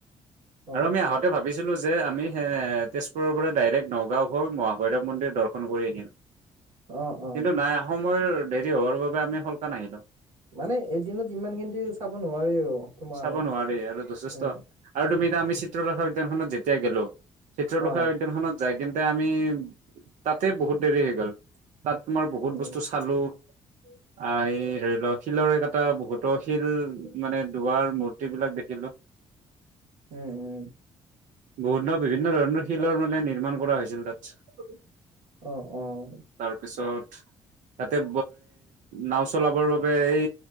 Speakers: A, on the right; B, on the right.
A: অ
B: আৰু আমি আহত ভাবিছিলো যে আমি তেজপুৰ পৰা ডাইৰেক্ট নগাঁও হৈ মহাভৈৰৱ মন্দিৰ দৰ্শন কৰি আহিম
A: অ অ
B: কিন্তু নাই সময়ৰ দেৰি হোৱাৰ বাবে আমি সোণকালে আহিলোঁ।
A: মানে এদিনত ইমান খিনিতে চাব নোৱাৰি আৰু তোমাৰ
B: চাব নোৱাৰি আৰু যথেষ্ট
A: উম
B: আৰু তুমি এতিয়া আমি চিত্ৰলেখা উদ্যানখনত যেতিয়া গলোঁ,
A: অ
B: উদ্যানখত যায় কিনে আমি তাতে বহুত দেৰি হৈ গ'ল। তাত তোমাৰ বহুত
A: উম
B: বস্তু চালো। আহ এই ধৰি লও শিলৰ ক এটা বহুতো শিল মানে দুৱাৰ মূৰ্তি বিলাক দেখিলো। <inaudible>
A: উম উম
B: বহুন বিভিন্ন ধৰণৰ শিলৰ মলে নিৰ্মাণ কৰা হৈছিল তাত।
A: অঁ অঁ
B: তাৰপিছত তাতে নাও চলাবৰ বাবে এই